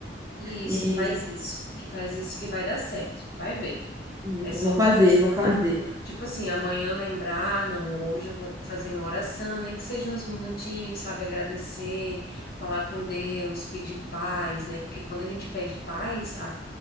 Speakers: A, on the left (about 55°); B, on the right (about 15°).
A: isso,
B: E,
A: faz isso. Que faz isso que vai dar certo. Tu Vai ver.
B: e
A: É só
B: eu vou
A: começar.
B: fazer, vou fazer.
A: tu- Tipo assim, amanhã lembrar, "Ah, não, hoje eu vou fazer uma oração, nem que seja uns minutinhos, sabe? Agradecer, falar com Deus, pedir paz, né? Porque quando a gente pede paz, a,